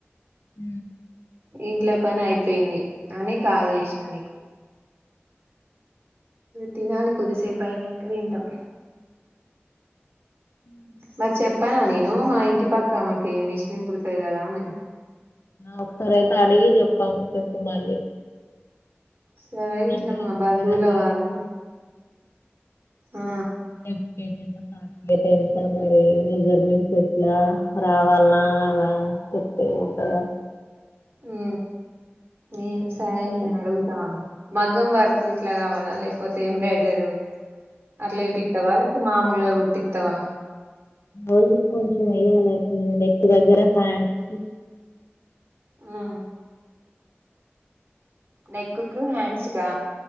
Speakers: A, on the left; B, on the right.
A: హ
B: ఇంట్లో పని అయిపోయింది అనే కాల్ చేసినా నీకు తినాలు కోదిసేపయణంక తింటాం
A: ఉ
B: మరి చెప్పానా నేను మా ఇంటి పక్క అమాకి మిషనీ కుడతుది గదా ఆమె.
A: ఆ ఒక్కసారైతే అడిగి చెప్పా చెప్పు మళ్ళీ.
B: సరే ఇట్లా
A: ఎంత
B: మా
A: తీసుకుంటది
B: బంధువుల వాళ్ళు. ఆ
A: ఏప్ కే చేదాం. అతే ఎంత మరి మెజర్మెంట్స్ ఎట్లా రావాలన మరి చెప్పేతే కూడతదా.
B: ఉ ఊ సరే
A: అనుకొని
B: నేను అడుగుతా. మగ్గం వర్క్ ఇట్లా కావాలా లేకపోతే ఎంబ్రాయిడరు. అట్లా ఎపిత్తవ లేకుంటే మాముూలుగా కూడ. తేత్తవా.
A: అది కొంచెం వెయ్యాలె ఉ నెక్ దగ్గర హ్యాండ్ కి.
B: ఆ. నెక్కికు హాండ్సకా.